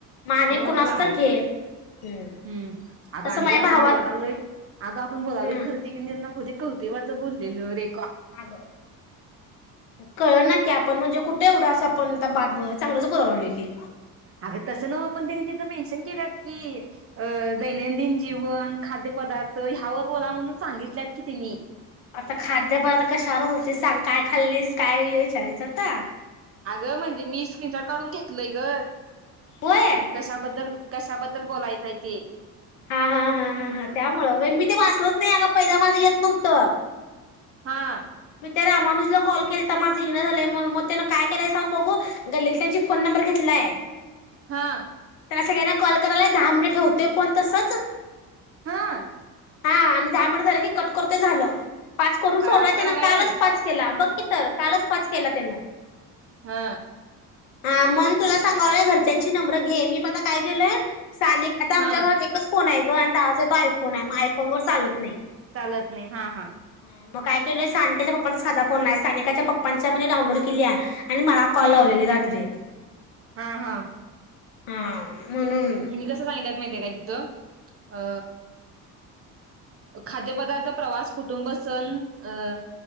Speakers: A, on the left (about 65°); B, on the right (about 30°).
A: मग
B: आणि मता
A: कुणास
B: लावायचं
A: तर घे हम्म
B: हम्म अग
A: तसं
B: अजे
A: माझ्या
B: आपण
A: भावात
B: बोलायला लागलोय अगं आपण बोलालो
A: हम्म
B: खरं त खोलीत कळू दे बरं बोललेलं रे
A: अग कळ ना की आपण म्हणजे कुठ ते एवढा असं आपण बाद पण चांगलंच बोललोय की
B: अगं तसं नव पण तिने तिथं मेन्शन केलात की, अ दैनंदिन जीवन खाद्यपदार्थ ह्यावर बोला म्हणून सांगितल्यात कि तिन्ही
A: आता खाद्यपदार्थ आता कशावर बोलतेस सांग, काय खाल्लीस काय विचारायचं आता
B: अ गं म्हणजे मी स्क्रीनचार काढून घेतलय ग
A: होय
B: कशाबद्दल कशाबद्दल बोलायचंय ते
A: हा हा हा हा हा त्यामुळं मी ते वाचलच नाही अग पहिला माझं येत नव्हतं
B: हा
A: ते रामानुजला कॉल केलं तर माझं हिन झालंय मग त्यान काय केलंय सांग बघू गल्लीत त्यांची फोन नंबर घेतलाय त्यांना
B: हा
A: सगळ्यांना कॉल करायला दहा मिनिट ठेवते फोन तसंच
B: हा
A: हा आणि दहा मिनट झालं की कट करतोय झालं पाच करून
B: अगं
A: सोडला
B: असं
A: त्यांना
B: करायला व्हय
A: कालच पाच केला बघ की तर कालच पाच केला त्यांने
B: हा
A: हा म्हणून तुला सांगावलंय घरच्यांची नंबर घे मी पणता काय केलय सानिक आता आमच्या
B: हा
A: घरात एकच फोन आहे. गोवंदावाचे तो आयफोन आहे मग आयफोन वर चालत नाही.
B: चालत नाही हा-हा
A: मग काय केलेस सानिकाच्या पप्पांचा साधा फोन नाही, सानिकाच्या पप्पांच्या मध्ये डाऊनलोड केलीया. आणि मला कॉल
B: हम्म
A: लावलेली रात्री
B: हा हा
A: हा म्हणून
B: हिनी कसं सांगितलय माहितय का तिथं? अ खाद्यपदार्थ प्रवास कुटुंब सण अं